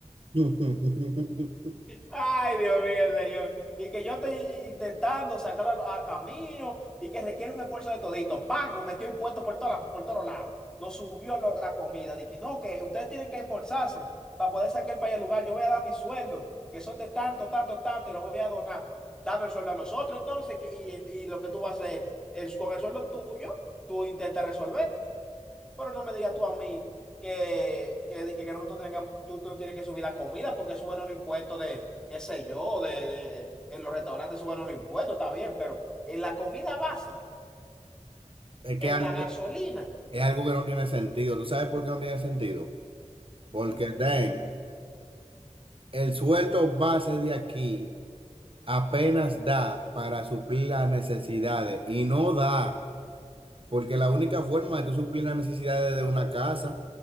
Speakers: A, on the right (about 45°); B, in the centre.
A: <laughs>
B: Ay, Dios mío, señor. Y que yo estoy intentando sacarlo a, a camino y que requiere un esfuerzo de todito. ¡Pam! Nos metió impuestos por, todas las- por todos lados. Nos subió lo- la comida. Dije, no, que ustedes tienen que esforzarse para poder sacar el país del lugar. Yo voy a dar mi sueldo, que son de tanto, tanto, tanto, y lo voy a donar. Dando el sueldo a nosotros, entonces, que- y, y lo que tú vas a hacer es con el sueldo tuyo, tú intentas resolver. Pero no me digas tú a mí que, que, di- que, que nosotros tengamos, tú, tú tienes que subir la comida porque suben los impuestos de, qué sé yo, de, de- en los restaurantes suben los impuestos, está bien, pero en la comida básica,
A: Es
B: en
A: que algo-
B: la gasolina,
A: es algo que no tiene sentido. ¿Tú sabes por qué no tiene sentido? Porque,
B: porque
A: den, el sueldo base de aquí apenas da para suplir las necesidades y no da. Porque la única forma de tú suplir las necesidades de una casa,